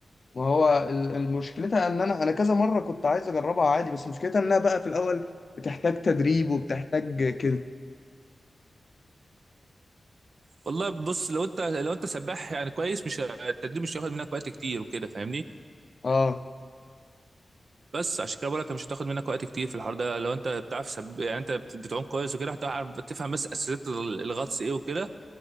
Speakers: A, on the left; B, on the right.
A: وهو ال- المشكلتها ان انا انا كذا مره كنت عايز اجربها عادي بس مشكلتها انها بقى في الاول بتحتاج تدريب وبتحتاج كده
B: والله بص لو انت لو انت سباح يعني كويس مش التدريب مش هياخد منك وقت كتير وكده فاهمني
A: اه
B: بس عشان كده بقول لك مش هتاخد منك وقت كتير في الحوار ده لو انت بتعرف سب... يعني انت بت- بتعوم كويس وكده هتعرف تفهم بس اساسيات الغطس ايه وكده